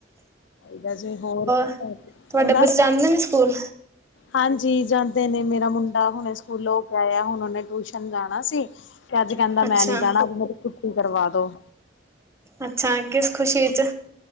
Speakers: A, on the left; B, on the right.
A: ਵੈਸੇ ਹੋਰ ਕਿਦਾਂ
B: ਤੁਹਾਡੇ
A: ਐ, ਬਸ
B: ਬੱਚੇ ਜਾਂਦੇ ਨੇ ਸਕੂਲ
A: ਹਾਂਜੀ ਜਾਂਦੇ ਨੇ ਮੇਰਾ ਮੁੰਡਾ ਹੁਣੇ ਸਕੂਲ ਹੋ ਕੇ ਆਇਆ। ਹੁਣ ਉਹਨੇ ਟਿਊਸ਼ਨ ਜਾਣਾ ਸੀ। ਤੇ ਅੱਜ ਕਹਿੰਦਾ
B: ਅੱਛਾ
A: ਮੈਂ ਨੀ ਜਾਣਾ ਅਜ ਮੇਰੀ ਛੱਟੀ ਕਰਵਾ ਦੋ।
B: ਅੱਛਾ ਕਿਸ ਖੁਸ਼ੀ ਚ